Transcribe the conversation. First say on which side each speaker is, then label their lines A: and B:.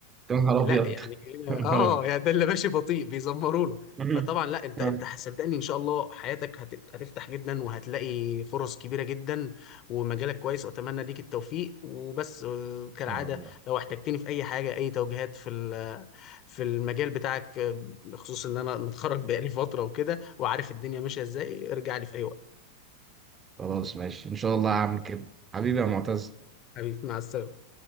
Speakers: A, on the right; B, on the left.
A: يا نهار
B: لا
A: ابيض
B: يعني
A: <laughs>
B: هنا
A: يا نهار
B: اه
A: ابيض
B: يعني ده اللي ماشي بطيء بيزمروا له
A: <laughs>
B: فطبعا لا انت
A: ان
B: انت صدقني ان شاء الله حياتك هت... هتفتح جدا وهتلاقي فرص كبيره جدا ومجالك كويس واتمنى ليك التوفيق وبس آه،
A: شاء
B: كالعاده
A: الله
B: لو احتجتني في اي حاجه اي توجيهات في ال... في المجال بتاعك آه، بخصوص ان انا متخرج بقالي فتره وكده وعارف الدنيا ماشيه ازاي ارجع لي في اي وقت
A: خلاص ماشي ان شاء الله هعمل كده حبيبي يا معتز
B: حبيبي مع السلامه